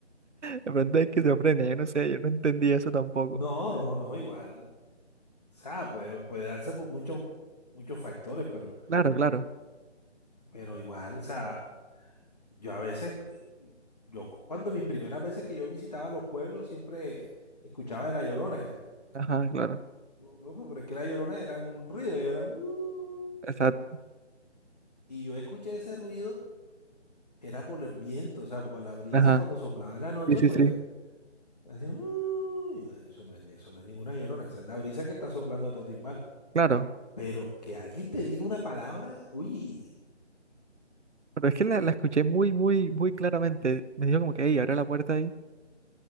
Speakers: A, on the right; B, on the left.
A: de pronto es esquizofrenia, yo no sé, yo no entendí eso tampoco.
B: No, no, no, igual. O sea, puede, puede darse por muchos, muchos factores, pero,
A: Claro, claro,
B: pero igual, o sea, yo a veces, yo cuando mis primeras veces que yo visitaba los pueblos, siempre escuchaba de la Llorona ya.
A: ajá, claro,
B: Bueno, bueno, Pero es que la Llorona era un ruido, y era un... "Uh".
A: exacto,
B: Y yo escuché ese ruido, era por el viento, o sea, por la brisa
A: ajá,
B: cuando soplaba en la noche,
A: sí, sí,
B: pues,
A: sí,
B: así, "Uh". Y yo, "Ay, eso no es, eso no es ninguna Llorona, esa es la brisa que está soplando a todo timbal.
A: claro.
B: Pero que alguien te diga una palabra, uy,
A: Pero es que la, la escuché muy, muy, muy claramente. Me dijo como que, hey, abre la puerta